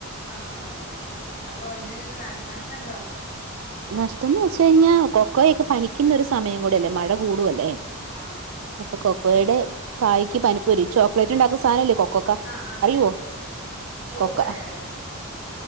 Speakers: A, on the left; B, on the right.
A: ആ ആ അപ്പോ ഇതിനിങ്ങനെ നാ നഷ്‌ടം ഇണ്ടോ?
B: നഷ്ടന്നു വച്ചു കഴിഞ്ഞ കൊക്കോയൊക്കെ പനിക്കുന്ന ഒരു സമയം കൂടെയല്ലേ? മഴ കൂടുവല്ലേ
A: ആ
B: അപ്പൊ കൊക്കോയുടെ കായ്ക്ക് പനിപ്പ് വരും ഈ ചോ ക്ലേറ്റ് ഉണ്ടാക്കണ സാനല്ലേ കൊ കൊക്ക
A: ആ ആ എനിക്ക്
B: അറിയോ
A: മനസ്സിലായി ഓ
B: കൊക്ക
A: അറിയാം അറിയാം അറിയാം